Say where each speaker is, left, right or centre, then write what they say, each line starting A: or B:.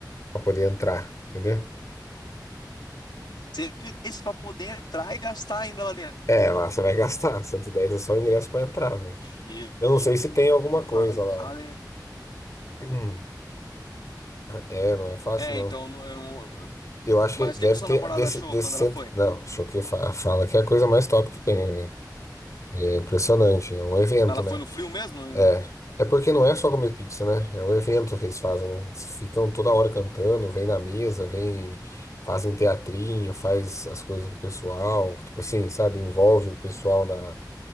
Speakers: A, on the left (about 45°); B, on the left (about 80°).
A: pra poder entrar, entendeu?
B: 110 para poder entrar e gastar ainda lá dentro.
A: É, lá você vai <laughs> gastar. cento e dez é só o ingresso pra entrar, velho.
B: Jesus
A: Eu não sei se tem alguma
B: amado,
A: coisa lá.
B: cara.
A: <clears throat> Hum. É, não é fácil,
B: É,
A: não.
B: então, não- eu...
A: Eu acho que
B: mas
A: deve
B: o que que sua
A: ter
B: namorada
A: desse,
B: achou
A: desse
B: quando
A: cento.
B: ela foi?
A: Não, Choquei fa- fala que é a coisa mais top que tem, velho. É impressionante. É um evento,
B: Ela
A: né?
B: foi no frio mesmo? No-
A: É. É porque não é só comer pizza, né? É o evento que eles fazem, né? Eles ficam toda hora cantando, vem na mesa, vem, fazem teatrinho, faz as coisas com o pessoal, tipo assim, sabe? Envolve o pessoal na,